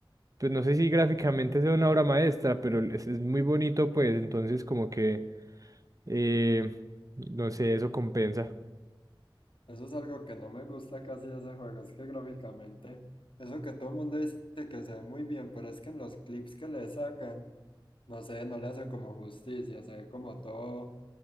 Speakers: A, on the right; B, on the left.
A: pues no sé si gráficamente sea una obra maestra, pero es, es muy bonito, pues entonces como que, eh, no sé, eso compensa.
B: Eso es algo que no me gusta casi de ese juego, es que gráficamente, eso que todo el mundo dice que se ve muy bien, pero es que en los clips que le sacan, no sé, no le hace como justicia, se ve como todo,